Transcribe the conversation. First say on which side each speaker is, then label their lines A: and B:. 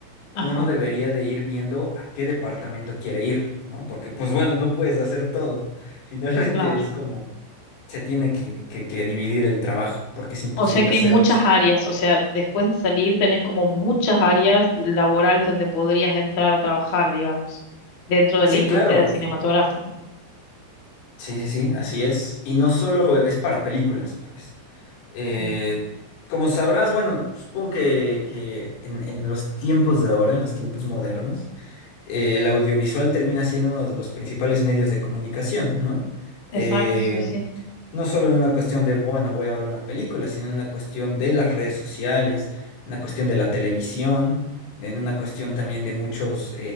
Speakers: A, on the left (about 40°); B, on the left (about 75°).
A: Ajá,
B: uno debería de ir viendo a qué departamento quiere ir, ¿no? Porque pues bueno, no puedes hacer todo. <laughs> Finalmente
A: claro.
B: es como se tiene que, que, que dividir el trabajo, porque es imposible
A: O sea que
B: hacer.
A: hay muchas áreas, o sea, después de salir tenés como muchas áreas laborales donde podrías entrar a trabajar, digamos, dentro de
B: Sí,
A: la industria
B: claro,
A: de cinematográfica.
B: y sí, sí, sí, así es. Y no solo es para películas, pues. Eh,
A: Ujú.
B: como sabrás, bueno, supongo que, que en, en los tiempos de ahora, en los tiempos modernos, eh, el audiovisual termina siendo uno de los principales medios de comunicación, ¿no? Eh,
A: Exacto, sí, sí.
B: no solo en una cuestión de, bueno, voy a ver una película, sino en una cuestión de las redes sociales, una cuestión de la televisión, en una cuestión también de muchas